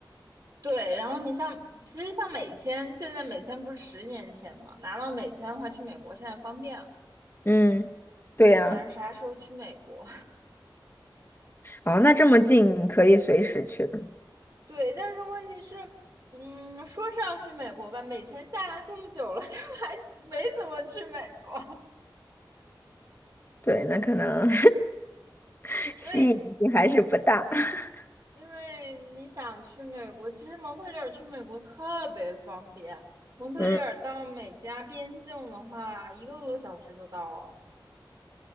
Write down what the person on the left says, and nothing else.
嗯，对呀，
哦，那这么近可以随时去的，
对，那可能 <laughs> 吸引力还是不大。
<laughs>
嗯，